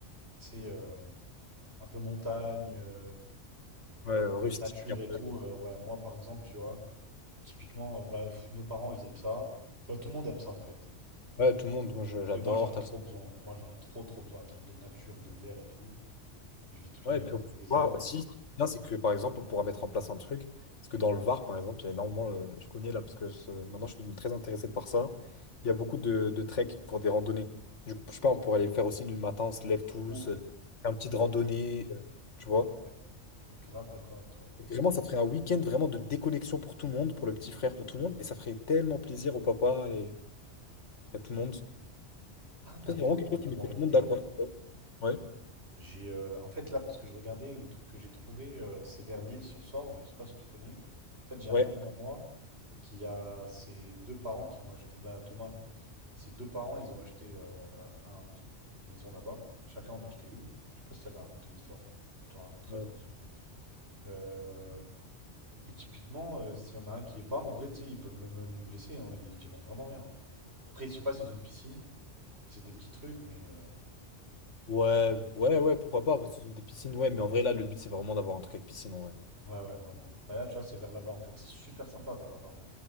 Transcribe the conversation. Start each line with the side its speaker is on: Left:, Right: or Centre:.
Right: tu sais, euh, un peu montagne, euh,
Left: Ouais,
Right: un peu
Left: rustique
Right: nature
Left: un
Right: et tout.
Left: peu.
Right: euh, ouais, moi, par exemple, tu vois, typiquement, euh, bah, pff, nos parents, ils aiment ça. Tu vois, tout le monde aime ça, en fait.
Left: Ouais, tout le monde, moi je- j'adore.
Right: Et moi, j'en ai
Left: t'as-
Right: trop besoin. Moi, j'en ai trop, trop besoin. Un truc de nature, de verre et tout. Je vis toute l'année
Left: Ouais, et puis
Right: dans
Left: on
Right: un désert.
Left: pourra aussi,
Right: euh,
Left: ce qui est bien, c'est que par exemple, on pourra mettre en place un truc, parce que dans le Var, par exemple, il y a énormément, euh, je connais là, parce que je- maintenant je suis devenu très intéressé par ça, il y a beaucoup de, de trek pour des randonnées. Du coup, je sais pas, on pourrait aller faire aussi le matin, on se lève tous,
Right: De ouf.
Left: euh, un petit randonnée,
Right: de-
Left: euh, tu vois.
Right: Ouais, je suis grave d'accord avec toi.
Left: Vraiment, ça ferait un week-end vraiment de déconnexion pour tout le monde, pour le petit frère, pour tout le monde, et ça ferait tellement plaisir au papa et à tout le monde. Ça,
Right: Ah, mais
Left: C'est
Right: attends,
Left: vraiment quelque
Right: je viens
Left: chose
Right: d'avoir
Left: qui mettrait
Right: une
Left: tout le
Right: idée.
Left: monde d'accord. Ouais,
Right: J'ai, euh, en fait, là, parce que je regardais, le truc que j'ai trouvé, euh, c'est vers l'île sur Sorge. Je sais pas si tu connais. En fait, j'ai un
Left: ouais.
Right: ami à moi qui a ses deux parents qui ont acheté, bah, Thomas, Ses deux parents, ils ont acheté euh, un- une maison là-bas. Chacun en a acheté une. Je sais pas si t'avais raconté l'histoire. Je te la raconterai
Left: Euh,
Right: à l'occasion. Euh, et typiquement, euh, s'il y en a un qui est pas, en vrai, tu sais, ils peuvent même euh, nous le laisser. hein, ils diront vraiment rien. hein. Après, je sais pas s'ils ont une piscine. C'est des petits trucs, mais euh,
Left: ouais, ouais, ouais, pourquoi pas, parce que ce sont des piscines, ouais, mais en vrai, là, le but, c'est vraiment d'avoir un truc avec piscine, en vrai.
Right: ouais, ouais, vraiment. Mais là, tu vois, c'est vers là-bas en fait. C'est super sympa vers là-bas. hein.